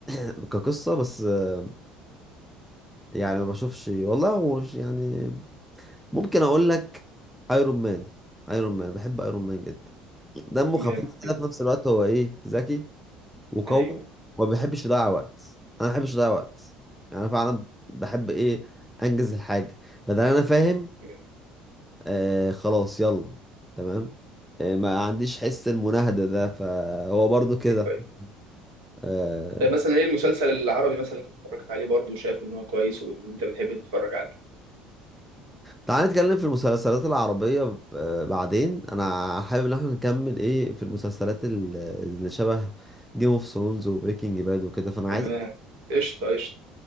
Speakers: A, in the centre; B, on the right (about 70°).
A: <clears throat> كقصه بس آه، يعني ما بشوفش والله هو مش- يعني ممكن اقول لك ايرون مان ايرون مان بحب ايرون مان جدا دمه
B: جامد
A: خفيف
B: كده
A: كده في نفس الوقت هو ايه ذكي وقوي
B: ايوه
A: وما بيحبش يضيع وقت انا ما بحبش اضيع وقت يعني انا فعلا بحب ايه انجز الحاجه بدل انا فاهم
B: جامد.
A: آه خلاص يلا تمام آه ما عنديش حس المناهدة ده فهو برضو كده
B: أيوة.
A: آه
B: مثلا ايه المسلسل العربي مثلا اللي اتفرجت عليه برضه وشايف ان هو كويس وانت بتحب تتفرج عليه
A: تعال نتكلم في المسلسلات العربية آه بعدين انا حابب ان احنا نكمل ايه في المسلسلات ال- اللي شبه جيم اوف ثرونز وبريكنج باد وكده فانا
B: تمام
A: عايز
B: قشطه قشطه